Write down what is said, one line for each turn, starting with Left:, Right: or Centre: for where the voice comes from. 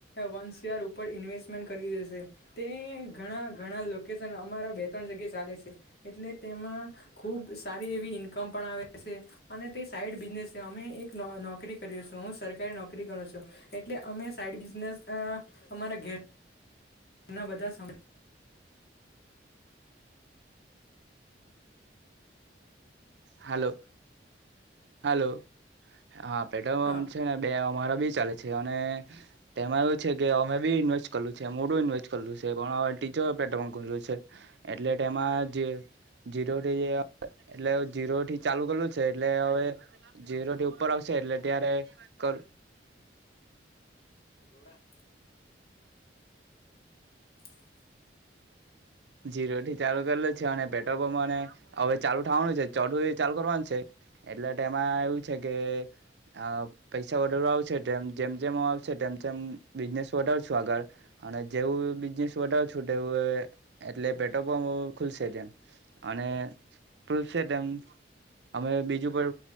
Left: વન શેયર ઉપર ઇન્વેસ્ટમેન્ટ કરી રેસે તે ઘણા ઘણા લોકેશન અમારા બે ત્રણ જગ્યા ચાલે છે, એટલે તેમાં ખુબ સારી એવી ઈન્કમ પણ આવે છે. અને તે સાઈડ બિઝનેસ છે, અમે એક નોકરી કરીયો છું, હું સરકારી નોકરી કર્યો છું, એટલે અમે સા ઈડ બિઝનેસ અમારા ઘે રના બધા સમય
Right: હાલો હલો. હા પેટ્રોલ
Left: હા
Right: પંપ છે ને બે અમારા બી ચાલે છે અને તેમાં એવું છે કે અમે બી વેસ્ટ કરલું છે મોડું ઇન્વેસ્ટ કરલું છે પણ ટીચું છે એટલે એમાં જે જીરો ર એટલે જીરો થી ચાલુ કરેલું છે એટલે હવે જીરો થી ઉપર આવશે એટલે ત્યારે બ
Left: એ ઘોડા <inaudible>
Right: જીરો થી ચાલુ કરલ છે અને પેટ્રોલપંપ અને હવે ચાલુ વાનું છે ચઢું ચાલુ કરવાનું છે એટલે એમાં એવું છે કે આ પૈસા વરવા આવશે તેમ જેમ જેમ આવશે તેમ તેમ બિઝનેસ વધર છું આગળ અને જેવું બિઝનેસ વધાવ છુંટે એવું એટલે પેટ્રોલ પંપ ખુલશે તેમ અને ખુલશે તેમ અમે બીજું પર